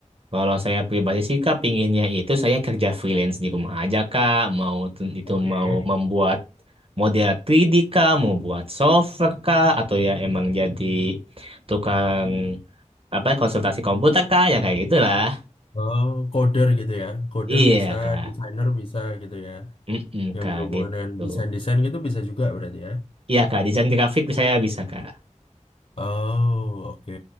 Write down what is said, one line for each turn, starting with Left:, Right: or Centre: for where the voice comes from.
Right: Kalau saya pribadi sih Kak, pinginnya itu saya kerja freelance di rumah aja Kak. Mau ten- itu
Left: Oke.
Right: mau membuat model 3D Kak, mau buat software Kak, atau ya emang jadi tukang apa konsultasi komputer Kak, ya kayak gitulah.
Left: Oh, coder gitu ya. Coder
Right: Iya
Left: bisa,
Right: Kak,
Left: desainer bisa gitu ya.
Right: mm
Left: Yang
Right: Kak
Left: berhubungan
Right: gitu.
Left: dengan desain-desain gitu bisa juga berarti ya.
Right: Iya Kak, desain grafik saya bisa Kak.
Left: Oh, oke,